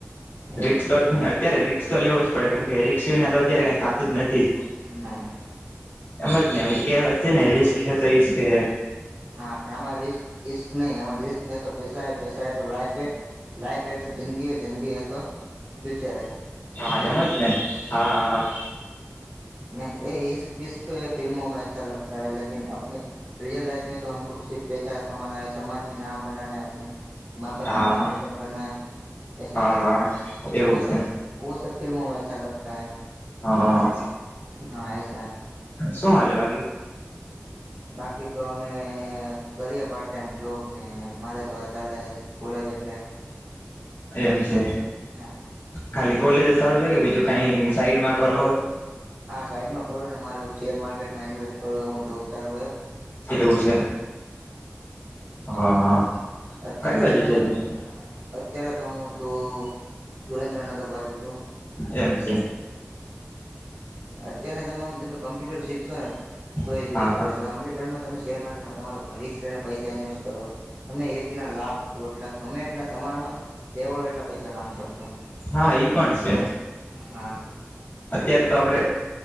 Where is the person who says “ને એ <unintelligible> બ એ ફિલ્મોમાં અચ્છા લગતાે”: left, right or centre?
Right